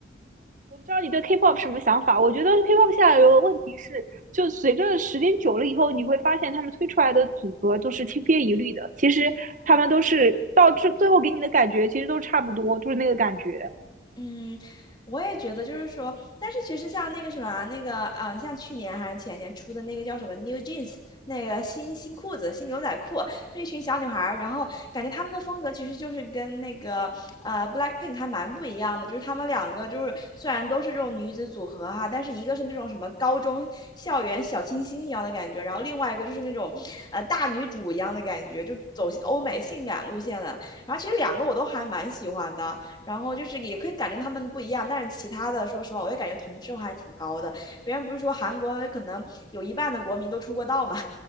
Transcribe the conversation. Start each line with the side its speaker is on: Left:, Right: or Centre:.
Right: 我不知道你对 K-pop 什么想法？我觉得 K-pop 现在有个问题是，就随着时间久了以后，你会发现他们推出来的组合都是千篇一律的。其实他们都是到最最后给你的感觉，其实都差不多，就是那个感觉。
Left: 嗯，我也觉得就是说，但是其实像那个什么啊，那个嗯、呃像去年还是前年出的那个叫什么 New Jeans，那个新新裤子、新牛仔裤，这一群小女孩儿，然后感觉她们的风格其实就是跟那个呃 Blackpink 还蛮不一样的，就是她们两个就是虽然都是这种女子组合哈，但是一个是那种什么高中校园小清新一样的感觉，然后另外一个就是那种呃大女主一样的感觉，就走欧美性感路线的。然后其实两个我都还蛮喜欢的。然后就是也可以感觉他们不一样，但是其他的，说实话，我也感觉同质化还挺高的。别人不是说韩国可能有一半的国民都出过道嘛？